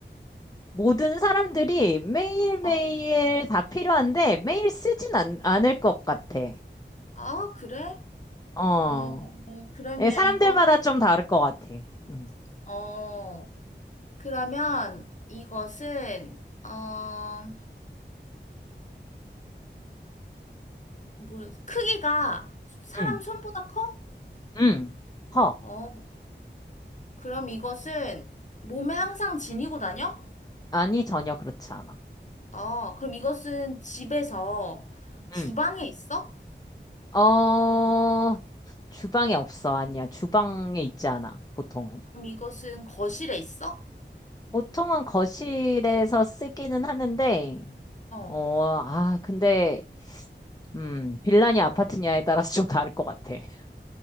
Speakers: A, on the left; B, on the left.
A: 모든 사람들이 매일매일
B: 어. 어.
A: 다 필요한데 매일 쓰진 않, 않을 것 같아.
B: 아, 그래?
A: 어.
B: 어, 어, 그러면
A: 예, 사람들마다
B: 이거
A: 좀 다를 것 같아. 음.
B: 어, 그러면 이것은, 어, 어, 뭐야, 크기가 사람
A: 음.
B: 손보다 커?
A: 음. 허.
B: 어, 그럼 이것은 몸에 항상 지니고 다녀?
A: 아니, 전혀 그렇지 않아.
B: 아, 그럼 이것은 집에서 주방에
A: 음.
B: 있어?
A: 어, 주방에 없어. 아니야. 주방에 있지 않아. 보통은.
B: 그럼 이것은 거실에 있어?
A: 보통은 거실에서 쓰기는 하는데,
B: 어.
A: 어, 아, 근데, 음, 빌라냐 아파트냐에 따라서 좀 다를 것 같아. <laughs>